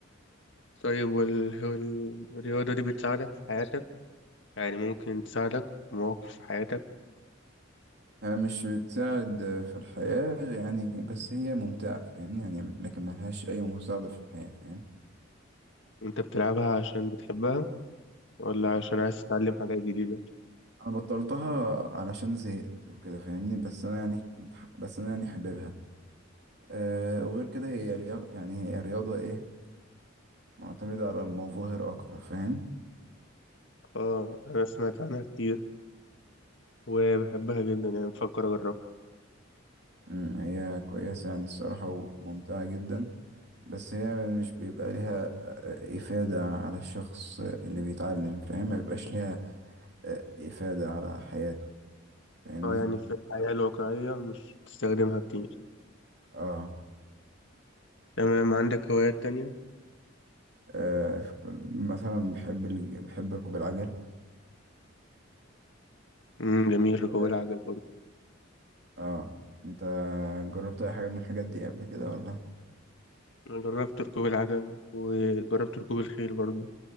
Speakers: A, on the left; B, on the right.
A: طيب وال... والرياضة دي بتساعدك في حياتك يعني ممكن تساعدك في مواقف في حياتك
B: يعني مش بتساعد آه، في الحياة يعني بس هي ممتعة فاهمني يعني لكن ملهاش أي مساعدة في الحياة فاهم
A: انت بتلعبها عشان بتحبها ولا عشان عايز تتعلم حاجات جديدة
B: أنا بطلتها علشان زهقت وكده فاهمني بس أنا يعني كنت ح- بس أنا يعني حاببها أه وغير كده هي رياضة يعني هي رياضة إيه معتمدة على المظاهر أكتر فاهم
A: اه انا سمعت عنها كتير وبحبها جدا يعني بفكر اجربها
B: مم، هي كويسة يعني الصراحة وممتعة جدا بس هي يعني مش بيبقى ليها آه، إفادة على الشخص اللي بيتعلم فاهم ما بيبقاش ليها آه، إفادة على حياته فاهمني
A: اه يعني في الحياة الواقعية مش بتستخدمها كتير
B: اه
A: تمام عندك هوايات تانية
B: آه، في كل- مثلا بحب الج- بحب ركوب العجل
A: امم جميل
B: اه
A: ركوب العجل برضه
B: آه. انت جربت اي حاجة من الحاجات دي قبل كده ولا
A: أنا جربت ركوب العجل وجربت ركوب الخيل برضه